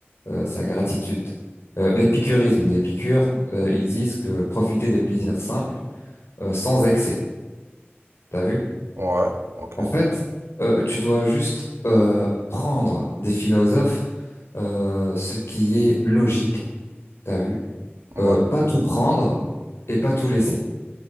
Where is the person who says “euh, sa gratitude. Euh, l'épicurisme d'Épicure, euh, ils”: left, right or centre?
Left